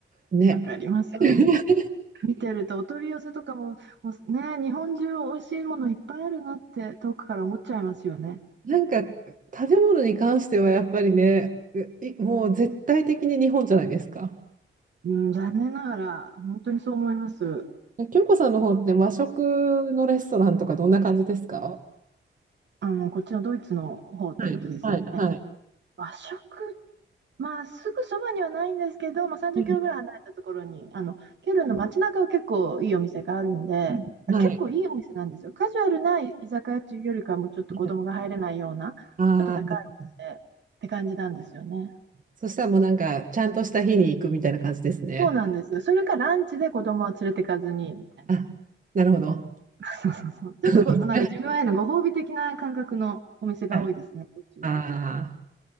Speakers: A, on the right (about 40°); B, on the right (about 60°).
A: う、ね。
B: わかります。
A: <laughs>
B: 見てると、お取り寄せとかも、もうね、日本中美味しいものいっぱいあるなって、遠くから思っちゃいますよね。
A: なんか、食べ物に関してはやっぱりね、ういもう絶対的に日本じゃないですか。
B: うん、残念ながら、本当にそう思います。
A: 京子さんの方って和食のレストランとかどんな感じですか
B: あの、こっちのドイツの方ってことですよね。
A: はい、はい、はい。
B: 和食、まあ、すぐそばにはないんですけど、まあ、30キロぐらい離れたところに、
A: うん
B: あの、ケルンの街中は結構いいお店があるんで、
A: うんはい。
B: 結構いいお店なんですよ。カジュアルな居酒屋というよりかも、ちょっと子供が入れないような、
A: はい。ああ、
B: ちょっと高いお店って感じなんですよね。
A: そしたらもうなんか、ちゃんとした日に行くみたいな感じですね。
B: そうなんです。それかランチで子供は連れてかずに、みたいな。
A: あ、なるほど。
B: <laughs> そうそうそう。ちょっとこう、
A: <laughs>
B: なんか自分へのご褒美的な感覚のお店が多いですね、
A: はい。あ
B: こっちは。
A: あ